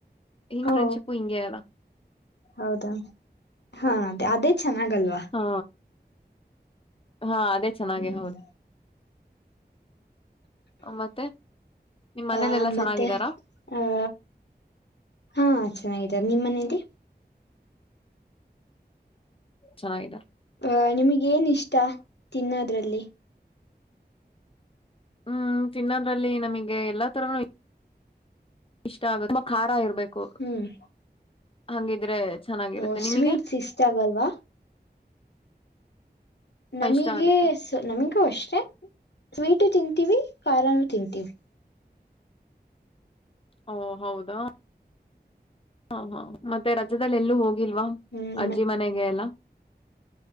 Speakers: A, on the left (about 30°); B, on the left (about 80°).
A: ಹಿಂಗ್
B: ಓ
A: ಫ್ರೆಂಡ್ಶಿಪ್ ಹಿಂಗೆ ಅಲ್ಲ
B: ಹೌದಾ ಹಾ ಅದೇ ಅದೇ ಚೆನ್ನಾಗಲ್ವಾ.
A: ಹಾ ಹಾ ಅದೇ ಚೆನ್ನಾಗೆ
B: ಹ್ಮ್
A: ಹೌದು ಮತ್ತೆ ನಿಮ್ಮ್ ಮನೇಲೆಲ್ಲಾ
B: ಆ
A: ಚೆನ್ನಾಗಿದ್ದಾರಾ?
B: ಮತ್ತೆ ಆ ಹಾ ಚೆನ್ನಾಗಿದ್ದಾರೆ ನಿಮ್ಮ್ ಮನೇೆಯಲ್ಲಿ.
A: ಚೆನ್ನಾಗಿದ್ದಾರ.
B: ಅಹ ನಿಮಗ್ ಏನ್ ಇಷ್ಟ ತಿನ್ನೋದ್ರಲ್ಲಿ.
A: ಹ್ಮ್ ತಿನ್ನೋದ್ರಲ್ಲಿ ನಮಗೆ ಎಲ್ಲಾ ತರನುು ಇ ಷ್ಟ ಆಗುತ್ತೆ ತುಂಬಾ ಖಾರ ಇರ್ಬೇಕು.
B: ಹ್ಮ್
A: ಹಂಗಿದ್ರೆ ಚೆನ್ನಾಗಿರುತ್ತೆ
B: ಓ ಸ್ವೀಟ್ಸ್
A: ನಿಮಗೆ
B: ಇಷ್ಟ ಆಗಲ್ವಾ ನಮಗೆ
A: ಇಷ್ಟ ಆಗುತ್ತೆ
B: ನಮಗೂ ಅಷ್ಟೆ ಸ್ವೀಟು ತಿಂತೀವಿ ಖಾರನೂ ತಿಂತೀವಿ
A: ಓ ಹೌದಾ ಹಾ ಹಾ ಮತ್ತೆ ರಜದಲ್ಲಿ ಎಲ್ಲೂ ಹೋಗಿಲ್ವಾ
B: ಹ್ಮ್
A: ಅಜ್ಜಿ
B: ಮತ್
A: ಮನೆಗೆ ಎಲ್ಲ